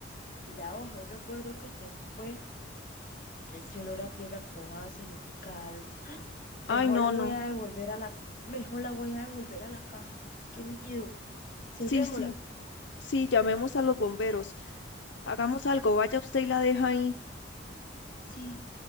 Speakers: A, on the left; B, on the left.
A: y la hoja un recuerdo que se fue, este olor a tierra mojada significa algo.
B: ay,
A: Mejor
B: no,
A: la
B: no.
A: voy a devolver a la, mejor la voy a devolver a la caja. Qué miedo. Cerrémosla.
B: Sí, sí, sí, llamemos a los bomberos. Hagamos algo, vaya usted y la deja ahí.
A: Sí.